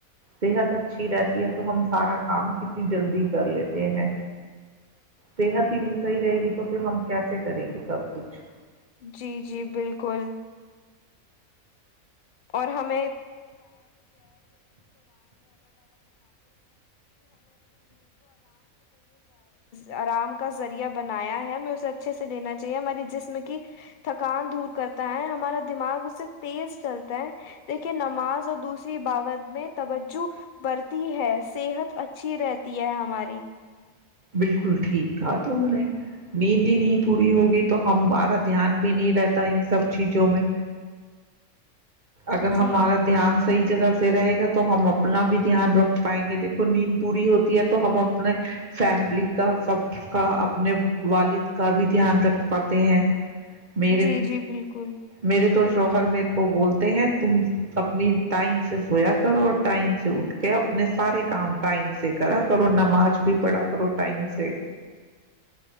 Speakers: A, on the right; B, on the left.
A: صحت اچھی رہتی ہے تو ہم سارا کام کتنی جلدی کر لیتے ہیں صحت ہی نہیں صحیح رہے گی تو پھر ہم کیسے کریں گے سب کچھ
B: جی جی بالکل <inaudible> طری آرام کا ذریعہ بنایا ہے ہمیں اسے اچھے سے لینا چاہیے ہمارے جسم کی تھکان دور کرتا ہے ہمارا دماغ اس سے تیز چتے ہیں دیکھیے نماز اور دوسری باوت میں توجہ بڑھتی ہے صحت اچھی رہتی ہے ہماری
A: بالکل ٹھیک کہ تم نے نیند ہی نہیں پوری ہوگی تو ہم بارہ دھیان بھی نہیں رہتا ان سب چیزوں میں اگر
B: جی
A: ہمارا دھیان صحی جگہ سے رہے گا تو ہم اپنا بھی دھیان رکھ پائیں گے دیکھو نیند پوری ہوتی ہے تو ہم اپنے فیملی کا سب کا اپنے والد کا بھی دھیان رکھ پاتے ہیں میرے
B: جی جی بالکل
A: میرے تو شوہر میر کو بولتے ہیں تم اپنی ٹائم سے سویا کرو اور ٹائم سے اٹھ کے اپنے سارے کام ٹائم سے کرا کرو نماز بھی پڑھا کرو ٹائم سے